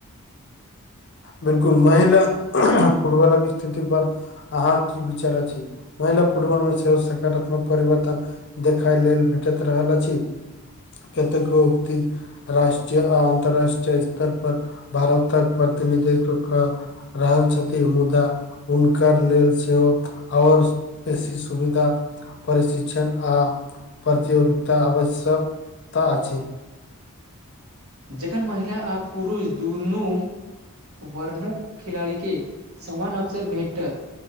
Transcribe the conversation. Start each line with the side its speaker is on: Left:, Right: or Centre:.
Left: बिल्कुल महिना फुटबलक स्थिति पर अहाँ के की विचार अछि महिला फुटबॉल मे सेहो सकारात्मक परिवर्तन देखाय लेल भेटैत रहल अछि कतेको उक्ति राष्ट्रीय आ अन्तर्राष्ट्रीय स्तर पर भारतक प्रतिनिधित्व कऽ रहल छथि मुदा हुनकर लेल सेहो आओर बेसी सुविधा परिशिक्षण आ प्रतियोगिता आवश्यकता अछि
Right: जखन महिला आ पुरुष दुनू वर्णक खिलाड़ीके समान अवसर भेटत